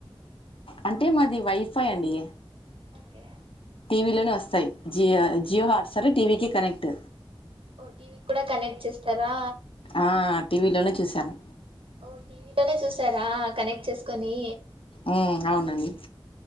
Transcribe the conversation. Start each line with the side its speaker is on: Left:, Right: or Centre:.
Left: అంటే మాది వైఫై అండి
Right: ఓకే
Left: టీవీలో వస్తాయి Jio Jio Hotstar TV కి కనెక్ట్
Right: ఓ టీవీకి కూడా కనెక్ట్ చేస్తారా
Left: ఆ టీవీలోనే చూసాను
Right: ఓ టీవీ లోనే చూస్ చూస్తారా కనెక్ట్ చేసుకొనీ
Left: ఉమ్ అవునండి